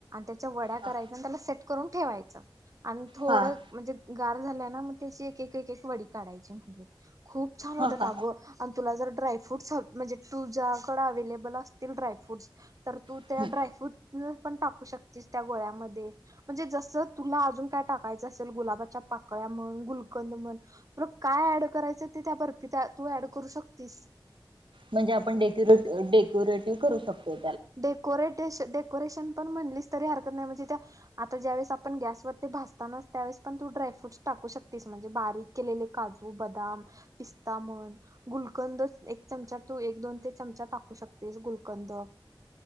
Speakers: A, on the right; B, on the right.
A: त्याच्या वड्या करायच्या
B: हा
A: त्याला सेट करून ठेवायचं आणि थोडं
B: हा
A: म्हणजे गार झाल्या ना मग त्याची एक एक एक वडी काढायची म्हणली खूप छान होत
B: हा हा
A: आगो आणि तुला जर ड्रायफ्रूट्स म्हणजे तुझ्याकडडे अवे्हेलेबल असतील ड्रायफ्रूट्स तर तू
B: हा
A: त्या ड्रायफ्रूट त पण टाकू शकतीस त्या गोळ्यामध्ये म्हणजे जसं तुला अजून काय टाकायचं असेल गुलाबाच्या पाकळ्या म्हण गुलकंद म्हण तुला काय ऍड करायचं आहे ते तु त्या बर्फी ऍड करू शकती <inaudible>
B: म्हणजे आपण डेकुे डेक्युरेटिव्ह करू शकतो
A: डेकोरेटेशन डेकोरेशन पण म्हणलीस तरी हरकत नाही म्हणजे त्या आत्ता जय वळीस आपण गॅस वरती भाजताना त्या वळीस पण तू ड्राय फ्रुट ताक एकू शकतेस म्हणजे बारीक केलेले काजु बदाम पिस्ता म्हण गुलकंद एक चमचा तू एक दोन ते चमचा टाकू शकतेस गुलकंद